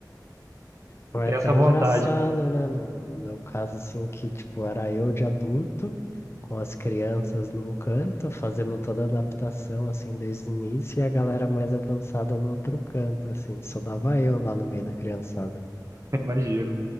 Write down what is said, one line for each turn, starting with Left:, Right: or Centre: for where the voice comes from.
Left: Foi
Right: Eu tenho
Left: até
Right: essa vontade,
Left: engraçado, né? No, no meu caso, assim, que, tipo, era eu de adulto, com as crianças num canto, fazendo toda a adaptação, assim, desde o início, e a galera mais avançada no outro canto, assim, só dava eu lá no meio da criançada.
Right: <laughs> imagino.